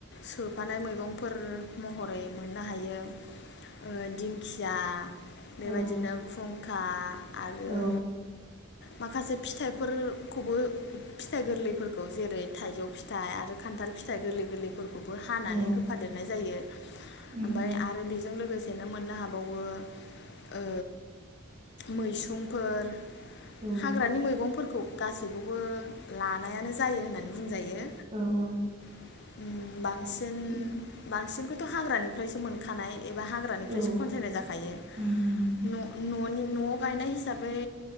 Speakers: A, on the left; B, on the right.
A: सोफानाय मैगंफोर महरै मोननो हायो ओ दिंखिया बेबायदिनो
B: औ
A: फुं खा आरो
B: औ
A: माखासे फिथाइफोरखौबो फिथाइ गोरलैफोरखौ जेरै थाइजौ फिथाइ आरो खान्थाल फिथाइ गोरलै गोरलैफोर खौबो हानानै
B: औ
A: होफादेरनाय जायो। ओमफ्राय
B: उम उम
A: आरो बेजों लोगो सेनो मोननो हाबावो ओ मैसुंफोर
B: औ
A: हाग्रानि मैगंफोर खौ गासैखौबो लानायानो जायो होननानै बुंजायो।
B: औ औ।
A: <unintelligible> बां सिन
B: उम
A: बांसिनखौ थ' हाग्रानिफ्रायसो मोनखानाय एबा हाग्रानिफ्रायसो
B: औ
A: खनसायनाय जाखायो।
B: उम उम
A: न' न' नि न'आव गायनाय हिसाबै